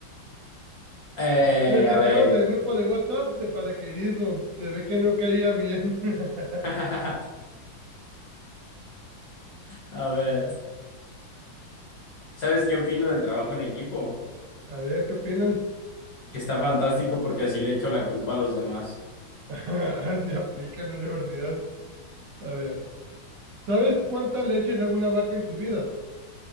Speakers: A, on the left; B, on the right.
A: Eh,
B: Me sacaron
A: a ver, ahí va.
B: del grupo de WhatsApp de paracaidismo. Se ve que no caía bien. <laughs>
A: <laughs> A ver, ¿sabes qué opino del trabajo en equipo?
B: A ver, ¿qué opinas?
A: Que está fantástico porque así le echo la culpa a los demás.
B: <laughs> Se aplica en la universidad. A ver. ¿Sabes cuánta leche da una vaca en su vida?